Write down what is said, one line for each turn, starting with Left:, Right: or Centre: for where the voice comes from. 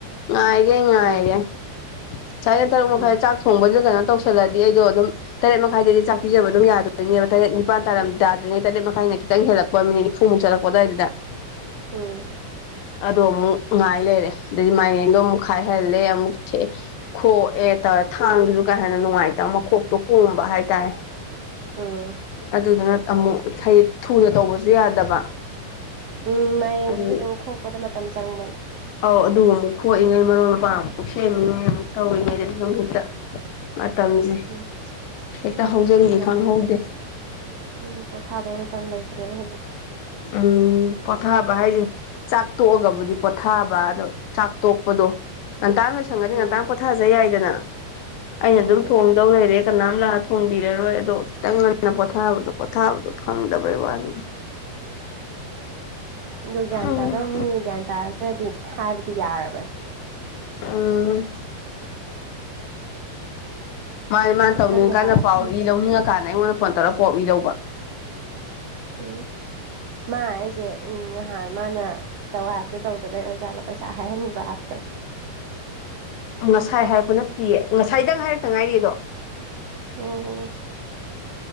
Left: ꯉꯥꯏꯒꯩ ꯉꯥꯏꯔꯦ
Right: ꯎꯝ
Left: ꯉꯁꯥꯏꯗꯩ ꯇꯔꯨꯛ
Right: ꯎꯝ
Left: ꯃꯈꯥꯏ ꯆꯥꯛ ꯊꯣꯡꯕꯗꯨ ꯀꯩꯅꯣ ꯇꯧꯁꯜꯂꯗꯤ ꯑꯩꯗꯣ ꯑꯗꯨꯝ ꯇꯔꯦꯠ ꯃꯈꯥꯏꯗꯗꯤ ꯆꯥꯛꯄꯤꯖꯕ ꯑꯗꯨꯝ ꯌꯥꯗꯣꯏꯅꯦ ꯇꯦꯠ ꯅꯤꯄꯥꯟ ꯇꯥꯔꯝ ꯇꯥꯗ꯭ꯔꯤꯉꯩ ꯇꯔꯦꯠ ꯃꯈꯥꯏꯅ ꯈꯤꯇꯪ ꯍꯦꯜꯂꯛꯄ ꯄꯥ ꯃꯤꯠꯅꯤꯠ ꯅꯤꯐꯨꯃꯨꯛ ꯆꯠꯂꯛꯄ ꯑꯗꯨꯋꯥꯏꯗꯨꯗ
Right: ꯎꯝ
Left: ꯑꯗꯣ ꯑꯃꯨꯛ ꯉꯥꯏ ꯂꯩꯔꯦ ꯑꯗꯩꯗꯤ ꯃꯥꯏꯔꯦꯟꯗꯣ ꯑꯃꯨꯛ ꯈꯥꯏꯍꯜꯂꯦ ꯑꯃꯨꯛ ꯊꯡꯦ ꯈꯣꯛꯑꯦ ꯇꯧꯔꯦ ꯊꯥꯡꯗꯨꯁꯨ ꯀꯥ ꯍꯦꯟꯅ ꯅꯨꯡꯉꯥꯏꯇꯕ ꯃꯈꯣꯛꯇꯣ ꯀꯣꯝꯕ ꯍꯥꯏꯇꯥꯔꯦ
Right: ꯎꯝ
Left: ꯑꯗꯨꯗꯨꯅ ꯑꯃꯨꯛ ꯍꯥꯏꯗꯤ ꯊꯨꯅ ꯇꯧꯕꯁꯨ ꯌꯥꯗꯕ
Right: ꯎꯝ ꯃꯥꯏꯔꯦꯟꯁꯤꯁꯨ
Left: ꯑꯗꯨ
Right: ꯑꯗꯨꯝ ꯈꯣꯛꯄꯗ ꯃꯇꯝ ꯆꯪꯕꯅꯦ
Left: ꯑꯧ ꯑꯗꯨ ꯑꯃꯨꯛ ꯈꯣꯏꯉꯩ ꯃꯔꯣꯏ ꯃꯄꯥꯡ ꯑꯃꯨꯛ ꯁꯦꯝꯃꯤꯉꯩ ꯑꯃꯨꯛ ꯇꯧꯔꯤꯉꯩꯗ ꯑꯗꯨꯝ ꯍꯦꯛꯇ ꯃꯇꯝꯁꯤ
Right: ꯎꯝ
Left: ꯍꯦꯛꯇ ꯍꯧꯖꯟꯈꯤ
Right: ꯃꯇꯝꯁꯦ
Left: ꯈꯪꯍꯧꯗꯦ
Right: ꯎꯝ ꯄꯣꯊꯥꯗꯧ ꯃꯇꯝ ꯂꯩꯇ꯭ꯔꯦꯕ ꯍꯧꯖꯤꯛ
Left: ꯎꯝ ꯄꫭꯊꯥꯕ ꯍꯥꯏꯁꯦ ꯆꯥꯛ ꯇꯣꯛꯑꯒꯕꯨꯗꯤ ꯄꯣꯊꯥꯕ ꯑꯗꯣ ꯆꯥꯛ ꯇꯣꯛꯄꯗꯣ ꯉꯟꯇꯥꯅ ꯂꯣꯏꯁꯟꯒꯗꯤ
Right: ꯎꯝ
Left: ꯉꯟꯇꯥ ꯄꯣꯊꯥꯖꯩ ꯌꯥꯏꯗꯅ ꯑꯩꯅ
Right: ꯑꯗꯨꯅꯦ
Left: ꯑꯗꯨꯝ ꯊꯣꯡꯗꯧ ꯂꯩꯔꯦ꯫ ꯀꯅꯥꯝ ꯂꯥꯛꯑ ꯊꯣꯡꯕꯤꯔꯔꯣꯏ ꯑꯗꯣ ꯈꯤꯇꯪ ꯉꯟꯅ ꯄꯣꯊꯥꯕꯗꯣ ꯄꯣꯊꯥꯕꯗꯣ ꯐꯪꯗꯕꯩ ꯋꯥꯅꯤꯗ꯫
Right: ꯑꯗꯨ ꯒ꯭ꯤꯌꯥꯟ
Left: ꯎꯝ
Right: ꯇꯥꯗꯧ ꯃꯤꯅ ꯒ꯭ꯤꯌꯥꯟ ꯇꯥꯔꯛꯇ꯭ꯥꯔꯗꯤ ꯍꯥꯏꯕꯗꯤ ꯌꯥꯔꯕꯅꯤ꯫
Left: ꯎꯝ꯫ ꯃꯥꯅꯦ ꯃꯥꯅ
Right: ꯃꯊꯪꯒ
Left: ꯇꯧꯅꯤꯡꯉꯀꯥꯟꯗ
Right: ꯇꯥꯔꯛꯇ꯭ꯔꯗꯤ
Left: ꯄꯥꯎ ꯏ ꯂꯧꯅꯤꯡꯉꯀꯥꯟꯗ ꯑꯩꯉꯣꯟꯗ ꯐꯣꯟ ꯇꯧꯔꯒ ꯄꯥꯎ ꯏ ꯂꯧꯕ꯫
Right: ꯎꯝ ꯃꯥ ꯑꯩꯁꯦ ꯉꯍꯥꯟ ꯃꯥꯅ ꯇꯧ ꯍꯥꯏꯕꯗꯣ ꯇꯧꯗꯕꯩ ꯑꯣꯏꯖꯥꯠꯂꯣ ꯄꯩꯁꯥ ꯍꯥꯏꯍꯟꯕ꯭ꯔꯥ ꯍꯥꯏꯕꯗꯣ
Left: ꯉꯁꯥꯏ ꯍꯥꯏꯔꯛꯄ ꯅꯠꯇꯦꯌꯦ ꯉꯁꯥꯏꯗꯪ ꯍꯥꯏꯔꯛꯇ ꯉꯥꯏꯔꯤꯗꯣ
Right: ꯑꯣ ꯑꯣ